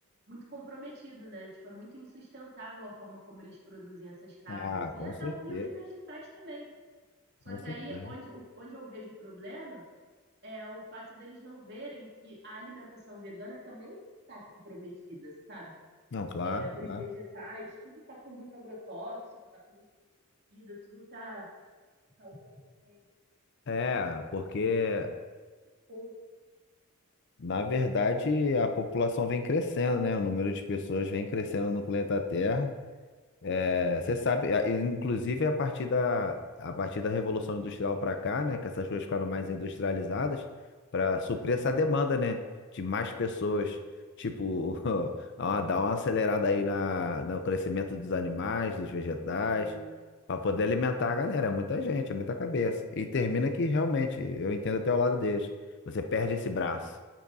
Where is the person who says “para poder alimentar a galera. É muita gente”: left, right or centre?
Left